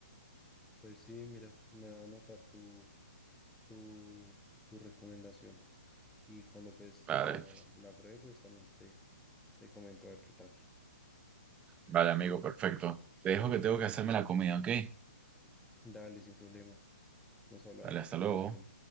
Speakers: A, in the centre; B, on the right.
A: Pues sí, mira, me va a anotar tu, tu, tu recomendación. Y cuando pues
B: Vale,
A: la, la pruebe, pues también te, te comento a ver qué tal.
B: vale, amigo, perfecto. Te dejo que tengo que hacerme la comida, ¿ok?
A: Dale, sin problema. Nos hablamos,
B: Dale, hasta
A: que
B: luego.
A: te vaya bien.